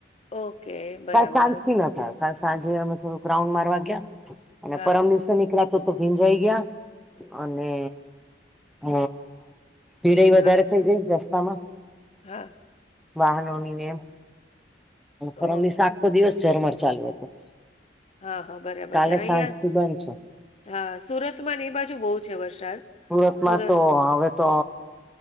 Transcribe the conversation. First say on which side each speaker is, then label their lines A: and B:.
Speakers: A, on the left (about 35°); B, in the centre.
A: ઓકે બરાબર
B: <unintelligible> કાલ સાંજે અમે થોડુંક રાઉન્ડ મારવા ગયા અને
A: હા
B: પરમ દિવસે નીકરા તો તો ભીંજાઈ ગયા અને હ પીડાઈ
A: હા
B: વધારે થઈ જાય રસ્તામાં
A: હા
B: વાહનોની ને એમ
A: ઓકે
B: પરમ દિવસ આખો દિવસ ઝરમર ચાલુ હતું
A: હા હા બરાબર
B: કાલે
A: છે અહિયાં
B: સાંજ થી બંધ છે
A: હા સુરતમાં એ બાજુ બહુ છે વરસાદ
B: સુરતમાં
A: સુરત
B: તો હવે તો